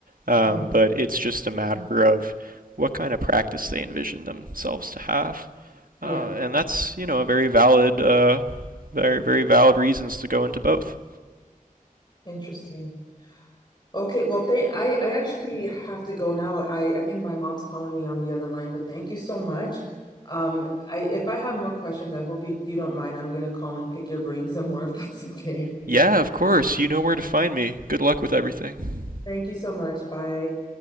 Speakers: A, on the right; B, on the left.
A: Um,
B: mm,
A: but it's just a matter of what kind of practice they envision themselves to have.
B: yeah.
A: Uh, and that's, you know, a very valid, uh, very, very valid reasons to go into both.
B: Interesting. Okay, well, th I I actually have to go now. I I think my mom's calling me on the other line, but thank you so much. Um, I if I have more questions, I hope you, you don't mind. I'm gonna call and pick your brain some more if that's okay.
A: Yeah, of course. You know where to find me. Good luck with everything.
B: Thank you so much. Bye.